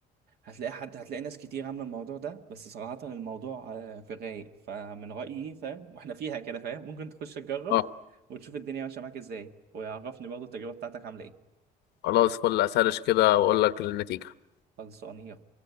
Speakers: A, on the right; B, on the left.
A: هتلاقي حد هتلاقي ناس كتير عاملة الموضوع ده بس صراحة الموضوع آه في غاية فمن رأيي فاهم واحنا فيها كده فاهم ممكن تخش تجرب
B: اه
A: وتشوف الدنيا ماشية معاك ازاي ويعرفني برضه التجربة بتاعتك عاملة ايه
B: خلاص فل اسرش كده واقول لك النتيجه
A: خلصانية